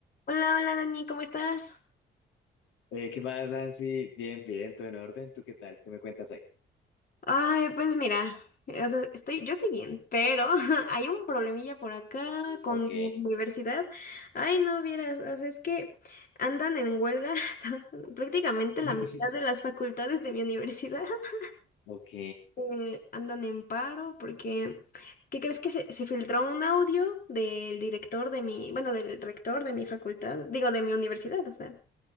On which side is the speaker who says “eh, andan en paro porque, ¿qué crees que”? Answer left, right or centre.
Left